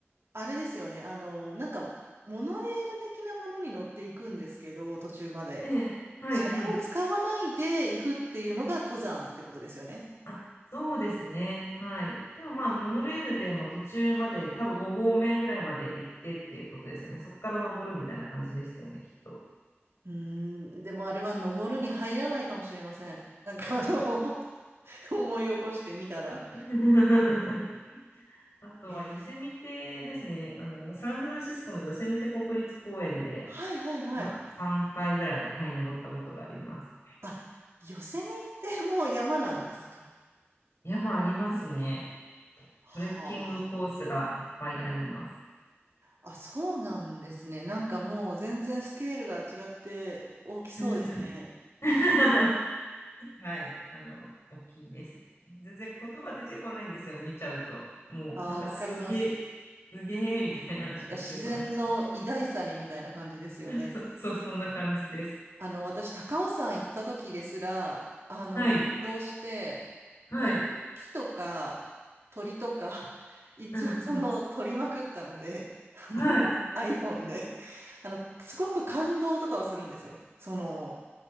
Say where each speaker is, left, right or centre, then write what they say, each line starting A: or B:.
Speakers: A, on the right; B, on the left.
A: あれですよね。あの、なんか、モノレール的なものに乗っていくんですけど、途中まで。
B: ええ <laughs> ええはいはい。
A: それを使わないで行くっていうのが登山ってことですよね。
B: あ、そうですね。はい。でもまあ、モノレールでも途中まで、多分5合目ぐらいまで行ってっていうことですよね。そこから登るみたいな感じでしたよね、きっと。
A: うーん、でもあれは登るに入らないかもしれません。なんかあの、<laughs> 思い起こしてみたら。
B: <laughs> あとはヨセミテですね。
A: えー
B: あの、サンフランシスコのヨセミテ国立公園で、
A: はいはいはい。
B: まあ、3回ぐらい、はい、登ったことがあります。
A: あ、ヨセミってもう山なんですか
B: 山ありますね。
A: はあ。
B: トレッキングコースがいっぱいあります。
A: あ、そうなんですね。なんかもう全然スケールが違って大きそうですね。
B: うんうん <laughs> はい、あの、大きいです。全然言葉出てこないんですよ、見ちゃうと。もう、
A: ああ、
B: なんかすげえ、
A: わかります。
B: すげえみたいなのしか出てこなくて。
A: なんか自然の偉大さにみたいな感じですよね。
B: そ、<laughs> そ、そんな感じです。
A: あの、私、高尾山行った時ですら、あの、
B: はい、
A: 感動して、
B: はい、
A: 木とか鳥とか、<laughs> 一応その、
B: うん、
A: 撮りまくったので、あの、
B: うん、はい。
A: iPhone で、あの、すごく感動とかはするんですよ。その、